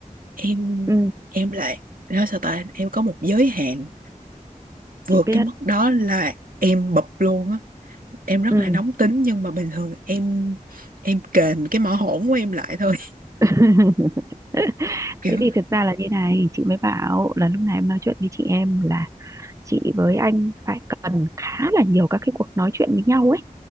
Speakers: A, on the right; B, on the right.
A: em
B: ừ,
A: em lại nói sao ta em có một giới hạn vượt
B: chị biết
A: cái mức đó là em bập luôn á em rất
B: ừ.
A: là nóng tính nhưng mà bình thường em em kềm cái mỏ hổn của em lại thôi <laughs>
B: <laughs>
A: kiểu
B: thế thì thực ra là như này chị mới bảo là lúc này em nói chuyện với chị em là chị với anh phải cần khá là nhiều các cái cuộc nói chuyện với nhau ấy